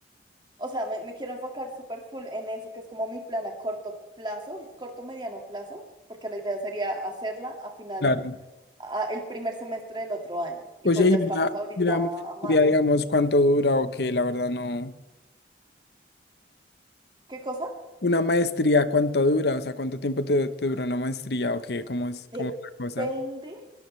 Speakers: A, on the right (about 25°); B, on the left (about 65°).
A: O sea, me, me quiero enfocar súper full en eso, que es como mi plan a corto plazo, corto mediano plazo, porque la idea sería hacerla a final,
B: Claro.
A: a- el primer semestre del otro año. Y
B: Oye,
A: pues ya
B: y
A: estamos
B: una,
A: ahorita
B: y una maestría,
A: a mayo.
B: digamos, ¿cuánto dura o qué? La verdad no.
A: ¿Qué cosa?
B: Una maestría, ¿cuánto dura? O sea, ¿cuánto tiempo te, te dura una maestría o qué? ¿Cómo es, cómo
A: Depende,
B: es la cosa?